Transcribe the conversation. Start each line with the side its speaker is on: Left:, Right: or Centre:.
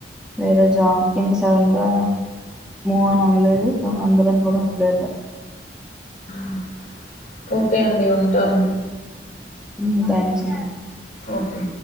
Centre: వేరే జాబ్ ఇన్హిస్ సడన్ గా మూవ్ ఆన్ అవ్వలేదు. అందులో కూడ ఉండ్లేరు ఇగ
Left: మ్ ఓకే అండి ఉంటాను.
Centre: మ్ థాంక్స్ అండి
Left: ఓకే